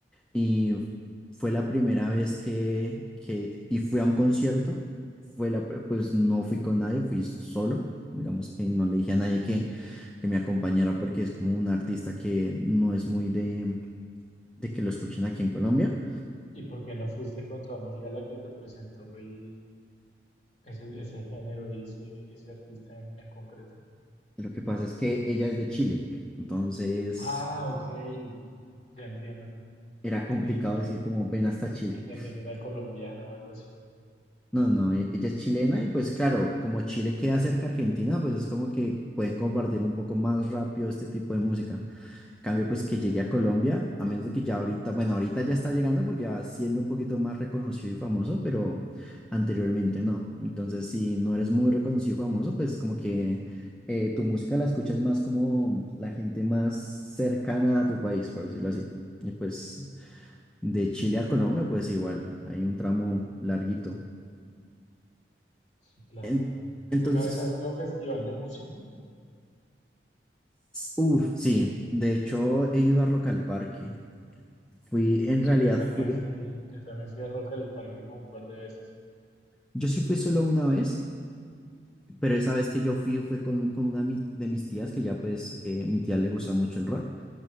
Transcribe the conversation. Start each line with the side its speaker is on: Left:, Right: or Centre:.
Centre: Y fue la primera vez que, que y fui a un concierto, fue la, pr- pues no fui con nadie, fui solo. Digamos que no le dije a nadie que, que me acompañara porque es como un artista que no es muy de, de que lo escuchen aquí en Colombia.
Left: ¿Y por qué no fuiste con tu amiga la que te presentó el, ese, ese género y ese, ese artista en en concreto?
Centre: Lo que pasa es que ella es de Chile, entonces
Left: Ah, ok. Ya entiendo.
Centre: era complicado
Left: Creí que,
Centre: decir como ven hasta Chile.
Left: que también
Centre: <laughs>
Left: era colombiana o algo así.
Centre: No, no, e- ella es chilena y pues claro, como Chile queda cerca a Argentina, pues es como que pueden compartir un poco más rápido este tipo de música. En cambio, pues que llegue a Colombia, a menos de que ya ahorita, bueno, ahorita ya está llegando porque ya siendo un poquito más reconocido y famoso, pero anteriormente no. Entonces, si no eres muy reconocido y famoso, pues como que eh, tu música la escuchas más como la gente más cercana a tu país, por decirlo así. Y pues De Chile a Colombia, pues igual, hay un tramo larguito.
Left: Sí, claro.
Centre: En-
Left: ¿Alguna
Centre: entonces,
Left: vez has ido a un festival de música?
Centre: uff, sí, de hecho he ido a Rock al Parque. Fui, en
Left: Sí,
Centre: realidad
Left: yo también
Centre: fui,
Left: fui, yo también fui a Rock al Parque como un par de veces.
Centre: yo sí fui solo una vez, pero esa vez que yo fui fue con, con una mi- de mis tías, que ya pues eh, mi tía le gusta mucho el rock.